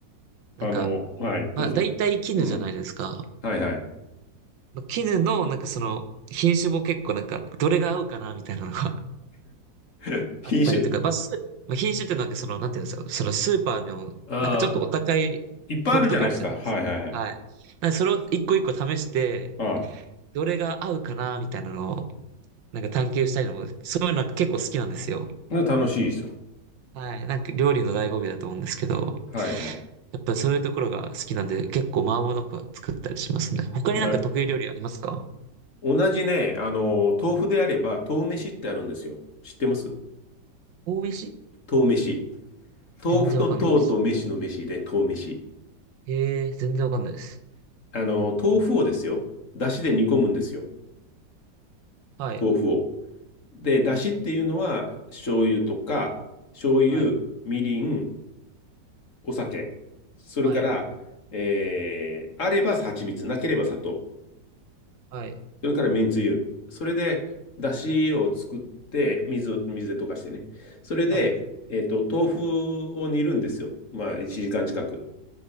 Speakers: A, on the right; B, on the left.
A: なんか、
B: あー、あの、はい、どうぞ。
A: まあ、大体絹じゃないですか。
B: うん。はいはい。
A: ま絹の、なんかその、品種も結構なんか、どれが合うかな、みたいなのが <laughs>
B: <laughs> 品種
A: あったりとか、まあ、スまあ、品種ってなんかその、なんていうんですか、そのスーパーの、
B: ああー、
A: なんかちょっとお高い豆腐とかあるじゃないですか。
B: いっぱいあるじゃないですか。はいはいはい。
A: はい。なんでそれを一個一個試して、
B: あ
A: どれが合うかな、みたいなのを、なんか探求したいのも、そういうの結構好きなんですよ。
B: あ楽しいですよ。
A: はい。なんか料理の醍醐味だと思うんですけど、
B: はいはい。
A: やっぱそういうところが好きなんで、結構麻婆豆腐は作ったりしますね。他になんか得意料理ありますか
B: な、同じね、あの、豆腐であれば、豆飯ってあるんですよ。知ってます
A: 神戸市
B: 豆飯。豆腐と豆と飯の飯で豆飯。
A: 全然わかんないです。へえ、全然わかんないです。
B: あの、豆腐をですよ。だしで煮込むんですよ。
A: はい、
B: 豆腐を。で、出汁っていうのは、醤油とか、醤油、
A: はい、
B: みりん、お酒。それから、
A: はい、
B: えー、あれば蜂蜜、なければ砂糖。
A: はい、
B: それからめんつゆ。それで、出汁を作って、水水で溶かしてね。それで、
A: はい。
B: えっと、豆腐を煮るんですよ。まあ、1時間近く。